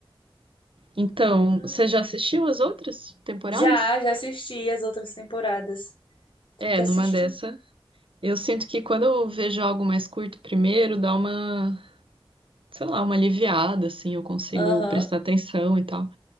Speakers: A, on the right; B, on the left.
A: Então,
B: Ah.
A: você já assistiu as outras temporadas?
B: Já, já assisti as outras temporadas. Tem
A: É,
B: que assistir.
A: numa dessa. Eu sinto que quando eu vejo algo mais curto primeiro, dá uma sei lá, uma aliviada, assim, eu consigo
B: Aham.
A: prestar atenção e tal.